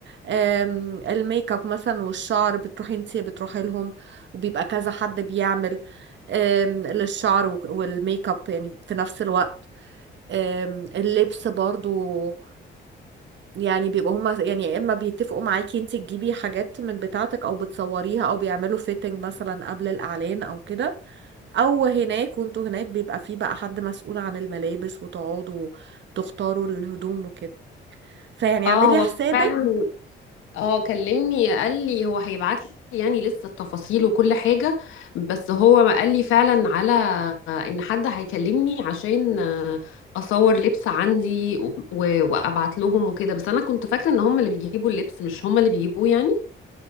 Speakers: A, on the right (about 65°); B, on the left (about 80°).
A: أم، الميك اب مثلا والشعر بتروحي انتي بتروحي لهم وبيبقى كذا حد بيعمل أم، للشعر وك- والميك اب يعني في نفس الوقت أم، اللبس برضو يعني بيبقى هما يعني يا اما بيتفقوا معاكي انت تجيبي حاجات من بتاعتك او بتصوريها او بيعملوا فيتنج مثلا قبل الاعلان او كده او هناك وانتوا هناك بيبقى في بقى حد مسؤول عن الملابس وتقعدوا تختاروا الهدوم وكده فيعني
B: آه،
A: اعملي
B: هو
A: حسابك
B: فعلًا آه، كلمني قال لي هو هيبعت لي يعني لسه التفاصيل وكل حاجة، بس هو ما قال لي فعلًا على إن حد هيكلمني عشان آه، أصور لبس عندي و و- وأبعت لهم وكده، بس أنا كنت فاكرة إن هم اللي بيجيبوا اللبس، مش هم اللي بيجيبوه يعني؟